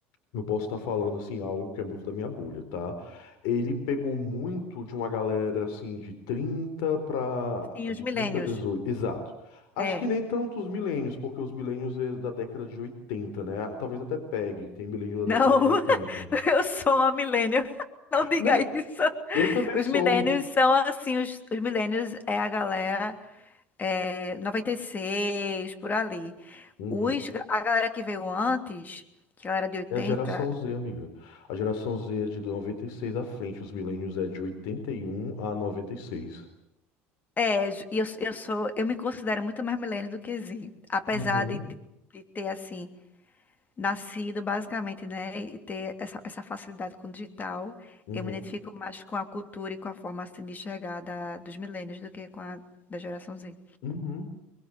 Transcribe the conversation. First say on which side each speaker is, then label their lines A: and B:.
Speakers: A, on the left (about 75°); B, on the left (about 30°).
A: eu posso estar falando assim algo que é muito da minha bolha, tá? Ele pegou muito de uma galera assim de 30 para
B: Sim,
A: de
B: os
A: 30
B: milênios.
A: a 18, exato. Acho
B: É.
A: que nem tanto os milênios, porque os milênios é da década de 80, né? Talvez até pegue, tem milênio da
B: Não,
A: década de
B: <laughs>
A: 80.
B: eu sou uma millennial. <laughs> Não diga
A: Não,
B: isso.
A: eu também
B: Os
A: sou.
B: millennials são assim, os, os millennials é a galera é, 96, por ali.
A: um,
B: Os,
A: Uhum.
B: a galera que veio antes, que a galera de 80,
A: É a geração Z, amiga. A geração Z é de 96 à frente, os milênios é de 81 a 96.
B: é, ju- e eu, eu sou, eu me considero muito mais millennial do que Z, apesar
A: Uhum.
B: de, de de ter, assim, nascido basicamente, né, e ter essa, essa facilidade com o digital,
A: Uhum.
B: eu me identifico mais com a cultura e com a forma assim, de enxergar da, dos milênios do que com a da geração Z.
A: Uhum.